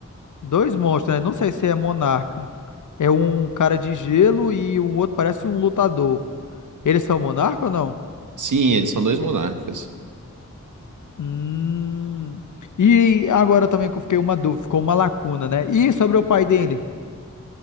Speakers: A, on the left; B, on the right.
A: Dois monstros, né? Não sei se é monarca. É um cara de gelo e o outro parece um lutador. Eles são monarca ou não?
B: Sim, eles são dois monarcas.
A: Hum. E agora também que eu fiquei uma dúvida, ficou uma lacuna, né? E sobre o pai dele?